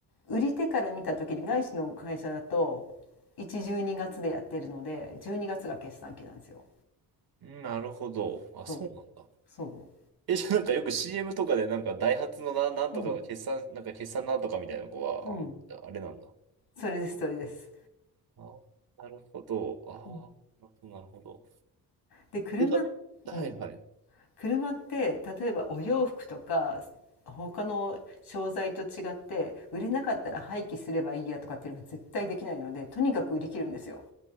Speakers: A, on the left; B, on the right.
A: 売り手から見た時に外資の会社だと1、12月でやってるので、12月がつが決算期なんですよ。
B: うんなるほど。あ、そうなんだ。
A: そう、そ
B: え、じゃあなんかよく CM とかでなんかダイハツのな、なんとかの決算、
A: う。うん、
B: なんか決算なんとかみたいな子は、
A: うん。
B: あ、あれなんだ。
A: それです、それです。
B: あ、なるほど。
A: うん、
B: ああ、なるほど。
A: で、車、
B: で、だはいはい。
A: うん。車って、例えばお洋服とか、他の商材と違って、売れなかったら廃棄すればいいやとかっていうのが絶対できないので、とにかく売り切るんですよ。